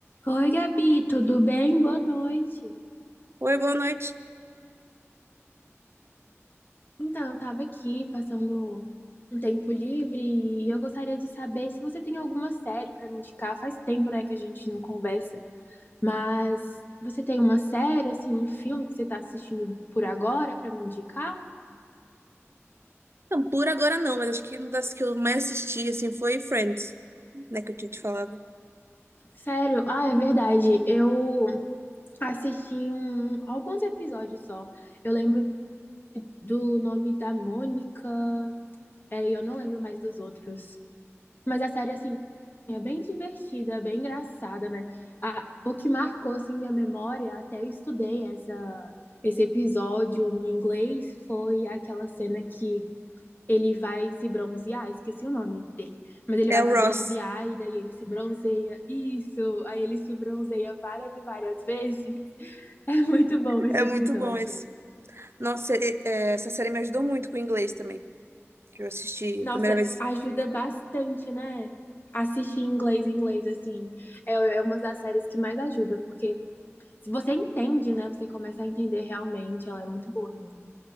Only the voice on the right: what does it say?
Oi, boa noite.
Não, por agora não, mas acho que uma das que eu mais assisti, assim, foi Friends, né, que eu tinha te falado.
É
o
Ross.
É
muito bom esse. Nossa, e- é, essa série me ajudou muito com o inglês também, que eu assisti
a primeira vez.